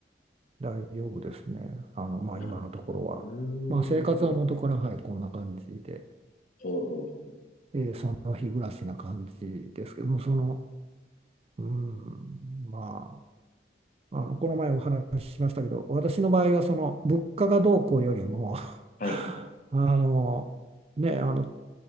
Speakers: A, on the right; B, on the left.
A: 大丈夫ですね。あの、まあ、
B: なるほど。
A: 今のところは。
B: うん。
A: まあ、生活は元から、はい、こんな感じで、
B: ほうほう。
A: えーその日暮らしな感じですけども、その、うん、まあ、あの、この前お話ししましたけど、私の場合は、その、物価がどうこうよりも、<laughs>
B: はい。
A: あの、ね、あの、